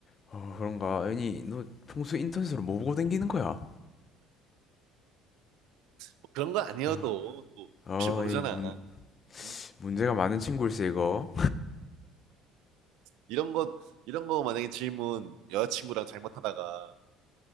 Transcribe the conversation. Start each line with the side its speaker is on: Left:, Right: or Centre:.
Left: 어, 그런가? 아니, 너 평소 인터넷으로 뭐 보고 댕기는 거야?
Right: 뭐 그런 거 아니어도
Left: 아,
Right: 또
Left: 어,
Right: 혹시 모르잖아.
Left: 이 문,
Right: 응?
Left: 문제가 많은 친구일세 이거.
Right: 이런 거, 이런 거 만약에 질문 여자친구랑 잘못하다가